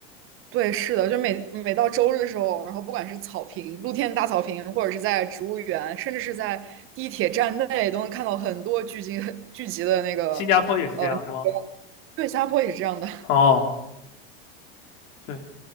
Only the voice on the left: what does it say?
新加坡也是这样，是吗？
哦，对，